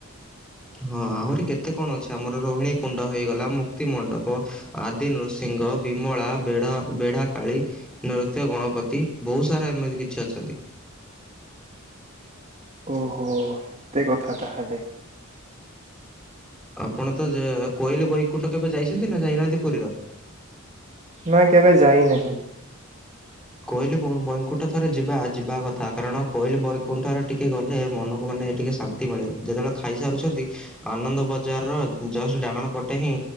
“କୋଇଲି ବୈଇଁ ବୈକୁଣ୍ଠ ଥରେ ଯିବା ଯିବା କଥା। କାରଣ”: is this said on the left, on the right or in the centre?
Centre